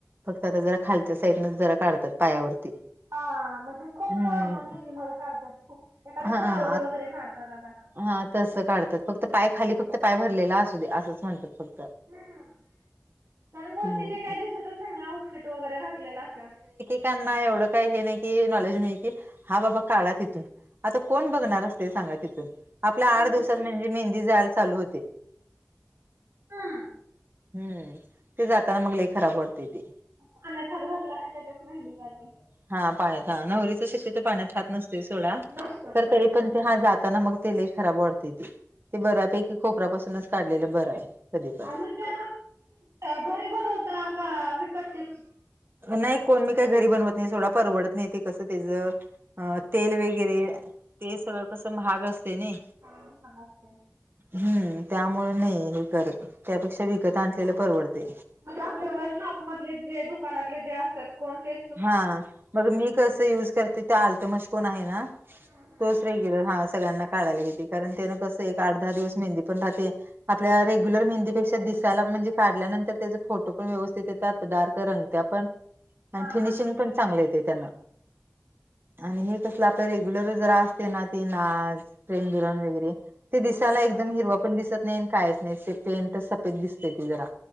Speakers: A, on the right (about 45°); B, on the right (about 60°).
A: फक्त आता जरा खालच्या साईडनच जरा काढतात पायावरती
B: हा म्हणजे खूप
A: हम्म
B: नॉर्मल मिनिमल काढतात खूप एखाद
A: हा
B: फ्लावर वगैरे काढतात आता
A: हा तसं काढतात फक्त पाय खाली फक्त पाय भरलेला असू दे असंच म्हणतात फक्त
B: हम त्या
A: हम्म
B: वरती ते काही दिसतच नाही ना आउटफिट वगैरे घातलेला असल्या
A: त्यांना एवढं काही हे नाही की नॉलेज नाही की हा बाबा काढा तिथून आता कोण बघणार असते सांगा तिथून आपल्या
B: वरूनच
A: आठ दिवसात
B: दिसतच
A: म्हणजे
B: नाही
A: मेहंदी जायला चालू होते
B: हा
A: हम्म ते जाताना मगला खराब वाटते ते
B: पाण्यात हात घातला की लगेच मेहंदी जाते
A: हा पाण्यात हा नवरीचा शेक्यतो पाण्यात हात नसतोय सोडा
B: नसत
A: तर
B: छान
A: तरी पण ते हा जाताना मग ते लई खराब वाटते ते बऱ्यापैकी खोपऱ्यापासूनच काढलेलं बरं आहे कधी पण
B: म्हणजे आता घरी बनवता का विकतचीच
A: नाही कोण मी काही घरी बनवत नाही सोडा परवडत नाही ते कसं त्याचं अ तेल वगैरे ते सगळं कसं महाग असते ना
B: हा महाग असतय
A: हम्म त्यामुळें नाही हे करत त्यापेक्षा विकत आणलेले परवडते
B: म्हणजे आपल्या शॉप मधले जे दुकानातले जे असतात कोणते
A: हा मग मी कस यूज करते तो आलतमश कोण आहे ना
B: हम्म
A: तो रेग्युलर हा सगळ्यांना काढायला घेते कारण त्यान कसं एक आठ दहा दिवस मेंदी पण राहते आपल्या रेग्युलर मेंहदीे पेक्शा दिस त्याला म्हणजे काढल्यानंतर त्याचे फोटो पण व्यवस्थित येतात डार्क रंगत्या पण
B: हम्म
A: आणि फिनिशिंग पण चांगलं येते त्यांना आणि हे कसलं आपलं रेग्युलर जरा असते ना ते नाच प्रेम धुरण वगैरे ते दिस त्याला एकदम
B: हा
A: हिरवा पण दिसत नाही काहीच नाही स पेन तर सफेद दिसत ते जरा